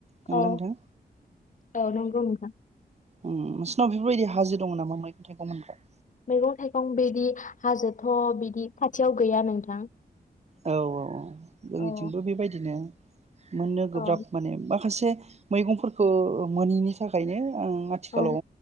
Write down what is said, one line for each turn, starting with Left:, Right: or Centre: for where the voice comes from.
Right: नंगौना
Left: औ
Right: नोंथां
Left: औ नंगौ नोंथां
Right: उम नोंसिनाव बेफोरबायदि हाजो दङ नामा मैगं थाइगं मोनग्रा?
Left: मैगं थाइगं बिदि हाजोथ' बिदि खाथियाव गैया नोंथां
Right: औ औ जोंनिथिंबो
Left: औ
Right: बेबायदिनो मोननो गोब्राब
Left: औ
Right: माने माखासे मैगंफोरखौ मोनिनि थाखायनो ओम आथिखालाव
Left: औ